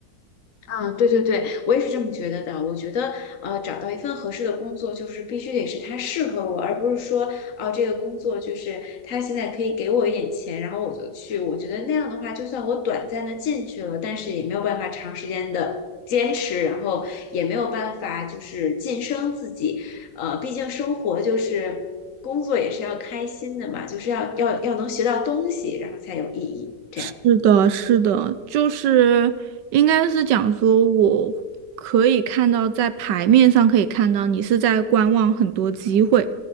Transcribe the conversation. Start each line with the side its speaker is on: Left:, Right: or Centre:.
Left: 啊，对对对，我也是这么觉得的。我觉得，呃，找到一份合适的工作，就是必须得是它适合我，而不是说，啊，这个工作就是它现在可以给我一点钱，然后我就去。我觉得那样的话，就算我短暂的进去了，但是也没有办法长时间的坚持，然后也没有办法就是晋升自己。呃，毕竟生活就是工作也是要开心的嘛，就是要要要能学到东西，然后才有意义。这样。
Right: 是的，是的，就是应该是讲说，我可以看到在牌面上可以看到你是在观望很多机会，